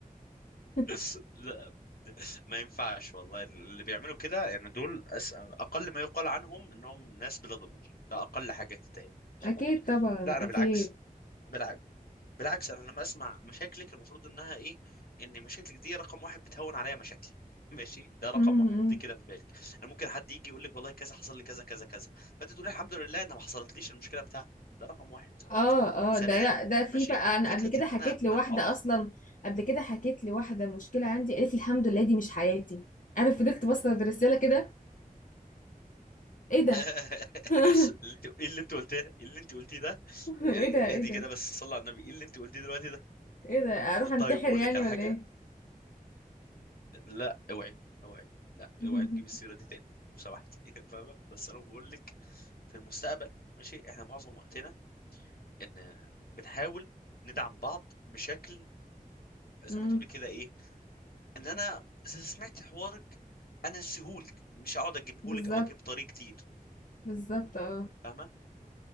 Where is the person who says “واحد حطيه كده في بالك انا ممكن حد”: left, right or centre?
Left